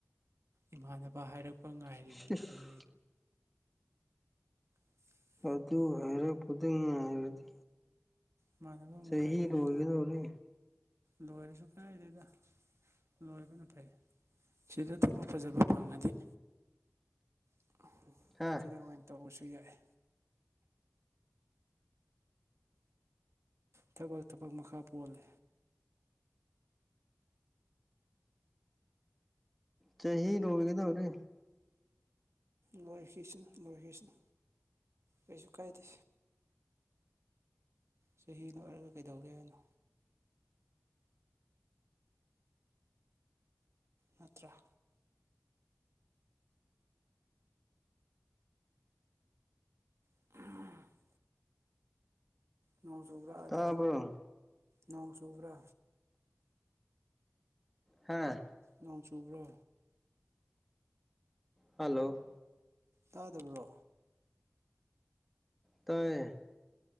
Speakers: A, on the right (about 80°); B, in the centre.
A: ꯏꯃꯥꯟꯅꯕ ꯍꯥꯏꯔꯛ ꯄ ꯉꯥꯏꯔꯤꯕꯅꯦ
B: ꯁꯤꯁ
A: <unintelligible>
B: ꯑꯗꯨ ꯍꯥꯏꯔꯛꯄꯗꯤ ꯉꯥꯏꯔꯗꯤ
A: ꯏꯃꯥꯟꯅꯕ ꯑꯃꯨꯛ
B: ꯆꯍꯤ
A: ꯉꯥꯏꯗꯣꯏꯅꯦ
B: ꯂꯣꯏꯒꯗꯧꯔꯦ
A: ꯂꯣꯏꯔꯁꯨ ꯀꯥꯏꯗꯦꯗꯥ ꯂꯣꯏꯕꯅ ꯐꯩ ꯁꯤꯗ ꯊꯕꯛ ꯐꯖꯕ ꯐꯪꯉꯗꯤ <unintelligible>
B: ꯍꯥ
A: ꯁꯤꯗ ꯑꯣꯏꯅ ꯇꯧꯔꯁꯨ ꯌꯥꯏ ꯊꯕꯛ ꯊꯕꯛ ꯃꯈꯥ ꯄꯣꯜꯂꯦ
B: ꯆꯍꯤ ꯂꯣꯏꯒꯗꯧꯔꯦ
A: ꯂꯣꯏꯈꯤꯁ꯭ꯅꯨ ꯂꯣꯏꯈꯤꯁ꯭ꯅꯨ ꯀꯩꯁꯨ ꯀꯥꯏꯗꯦ ꯆꯍꯤ ꯂꯣꯏꯔꯒ ꯀꯩꯗꯧꯒꯦ ꯍꯥꯏꯅꯣ ꯅꯠꯇ꯭ꯔꯥ <unintelligible> ꯅꯣꯡ ꯆꯨꯕ꯭ꯔꯥ ꯑꯗ
B: ꯇꯥꯕ꯭ꯔꯣ
A: ꯅꯣꯡ ꯆꯨꯕ꯭ꯔꯥ
B: ꯍꯥꯥ
A: ꯅꯣꯡ ꯆꯨꯕ꯭ꯔꯣ
B: ꯍꯜꯂꯣ
A: ꯇꯥꯗꯕ꯭ꯔꯣ
B: ꯇꯥꯏꯌꯦ